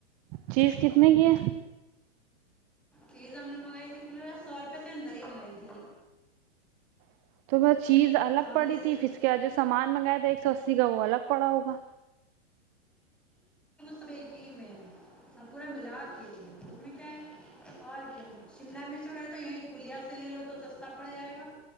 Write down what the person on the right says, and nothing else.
چیز کتنے کی ہے
<unintelligible> چیز الگ
پڑی
تھی ثھر اسکے ہاتھ جو سامان منکایا تھا ایک سو اسی کا وہ الگ پڑا ہوگا